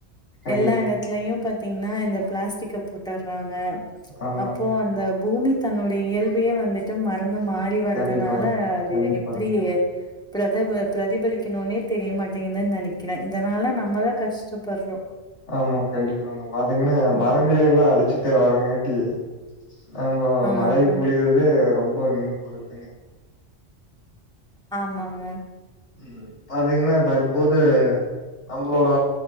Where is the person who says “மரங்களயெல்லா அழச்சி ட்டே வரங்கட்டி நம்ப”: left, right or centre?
Left